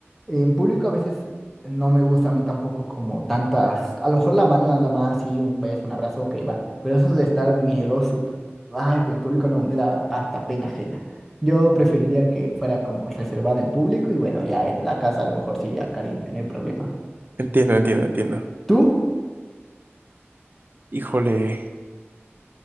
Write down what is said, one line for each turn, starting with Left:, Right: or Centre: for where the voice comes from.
Centre: en público a veces no me gusta a mí tampoco como tantas, a lo mejor la mano nada más, sí, un beso, un abrazo, ok, va, pero eso de estar mieloso, ay, con el público no, me da hasta pena ajena. Yo preferiría que fuera como reservada en público y bueno, ya en la casa a lo mejor sí, ya cariño, no hay problema.
Right: Entiendo, entiendo, entiendo.
Centre: ¿Tú?
Right: Híjole.